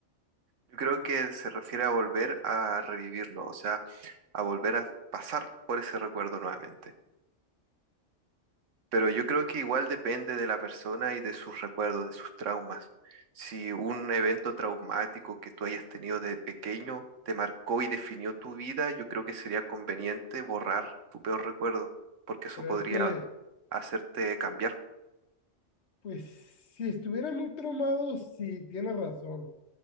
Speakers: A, on the right (about 80°); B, on the left (about 65°).
A: Yo creo que se refiere a volver a revivirlo, o sea, a volver a pasar por ese recuerdo nuevamente. Pero yo creo que igual depende de la persona y de sus recuerdos, de sus traumas. Si un evento traumático que tú hayas tenido de pequeño te marcó y definió tu vida, yo creo que sería conveniente borrar tu peor recuerdo, porque eso
B: Pero
A: podría
B: es que,
A: hacerte cambiar.
B: pues, si estuviera muy traumado, sí, tiene razón.